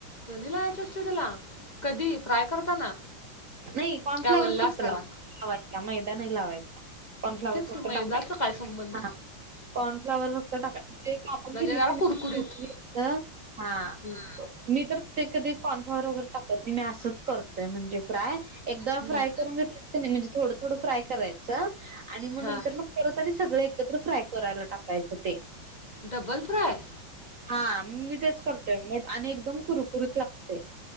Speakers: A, on the left (about 20°); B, on the right (about 50°).
A: दो्नी लाहायचे असते त्याला कधी फ्राय करताना.
B: नाही कॉर्नफ्लॉवरच
A: काय वल्ला
B: फक्त
A: असताना
B: लाव लावायचा मैदा नाही लावायचा. कॉर्नफ्लावर
A: तेच की
B: फक्त
A: मैदाचा
B: टाकायच
A: काय संबंध
B: ह. कॉर्नफ्लॉवर फक्त टाका म्हजेण
A: म्हणजे जरा कुरकुरीत
B: घेतले हा.
A: हम्म.
B: मी तर ते कधी कॉर्नफ्लावर वगैरे टाकत नाही मी असंच करतोय म्हणजे फ्राय. एकदा
A: हम्म.
B: फ्राय करून घेतली नाही म्हणजे थोडं थोडं फ्राय करायचं आणि मग
A: हा
B: नंतर. करत आणि सगळे एकत्र फ्राय करायला टाकायचं ते.
A: Double fry.
B: हा मी तेच करतोय मग आणि एकदम कुरकुरीत लागते.